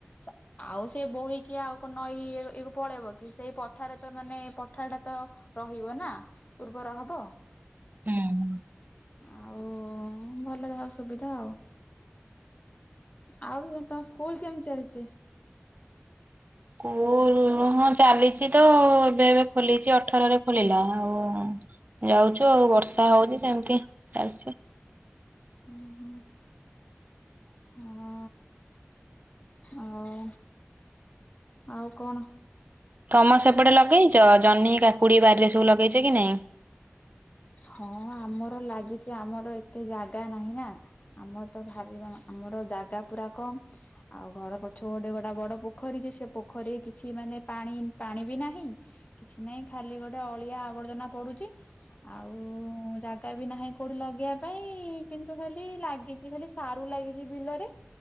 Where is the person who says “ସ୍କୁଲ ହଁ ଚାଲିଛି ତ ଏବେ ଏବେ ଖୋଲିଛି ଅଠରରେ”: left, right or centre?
Right